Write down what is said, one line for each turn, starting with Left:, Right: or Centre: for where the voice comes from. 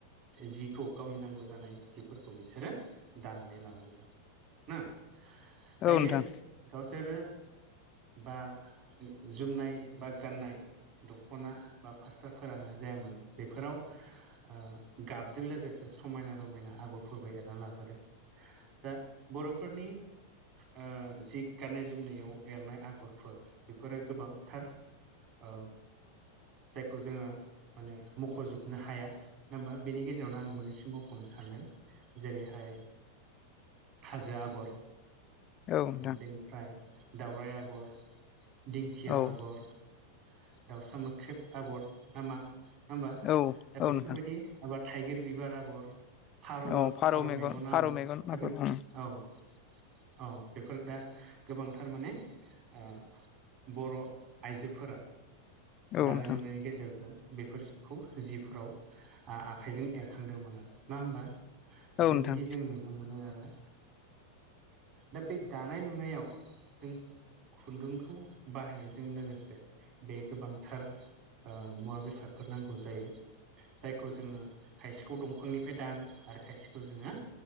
Right: जिखौ गावनि नांगौ जानाय जिफोरखौ बिसोरो दानानै लाबोदों। ना दायो
Left: नोंथां
Right: गावसोरो बा जोमनाय बा गाननाय दख'ना बा फास्राफोरानो जाया मानो। बेफोराव ओ गाबजों लोगोसे समायना रमायना आगरफोरबो एरना लाबोदों। दा बर'फोरनि ओ जि गाननाय जोमनायाव एरनाय आगरफोर बेफोरो गोबांथार। औ जायखौ जोङो माने मख'जोबनो हाया, नङा होमबा? बेनि गेजेरावनो आं मोननैसिमबोख'नो सानदों जेरैहाय हाजो आगर,
Left: औ नोंथां
Right: बेनिफ्राय दावराइ आग'र, दिंखिया
Left: औ
Right: आग'र, दाउसा मोख्रेब आग'र, ना मा नङा होमबा?
Left: औ
Right: दा बेफोरबायदि
Left: औ नोंथां
Right: माबा थाइगिर बिबार आग'र, फारौआ
Left: औ
Right: फारौ मेगन
Left: फारौ
Right: आगर
Left: मेगन मागुर
Right: दा बे
Left: ओं
Right: औ औ बेफोर दा गोबांथार माने ओ बर' आइजोफोरा दानाय
Left: नोंथां
Right: लुनायनि गेजेरजों बेफोरजिबखौ जिफोराव आ आखाइजों एरखांदोंमोन आरो नङा होमबा? दा
Left: औ
Right: बेबायदि
Left: नोंथां
Right: जों नुनो मोनो आरो दा बे दानाय लुनायाव जों खुन्दुंखौ बाहायनायजों लोगोसे बे गोबांथार ओ मुवा बेसादफोर नांगौ जायो। जायखौ जोङो खायसेखौ दंफांनिफ्राय दानो आरो खायसेखौ जोङो